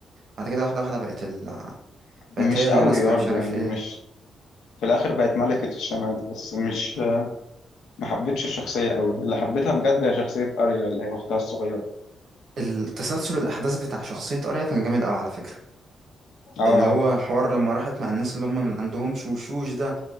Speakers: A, on the right; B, on the left.
A: بعد كده واحده واحده بقت ال... بقت
B: مش
A: هي اللي
B: قوي
A: ماسكه
B: برضه
A: مش عارف
B: يعني
A: ايه
B: مش في الاخر بقت ملكة الشمال بس مش آه، ما حبيتش الشخصية قوي اللي حبيتها بجد هي شخصية اريا اللي هي اختها الصغيرة
A: التسلسل الأحداث بتاع شخصية أريا كان جامد أوي على فكرة
B: اه
A: اللي هو حوار لما راحت مع الناس اللي هم من عندهم شوشوش ده